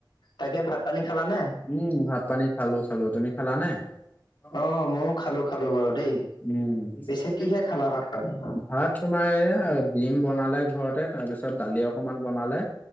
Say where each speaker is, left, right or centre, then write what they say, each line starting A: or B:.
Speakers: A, on the left; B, on the left.
A: তাকে ভাত, পানী খালানে? <unintelligible>
B: উম ভাত, পানী খালোঁ-খালোঁ। তুমি খালা নে? <unintelligible>
A: অ ময়ো
B: <unintelligible>
A: খালো খালো বাৰু দেই
B: উম <inaudible>
A: পিছে কিহে খালা ভাত পানী
B: ভাত তোমাৰ এইয়া ডিম বনালে ঘৰতে, তাৰ পিছত দালি অকমান বনালে।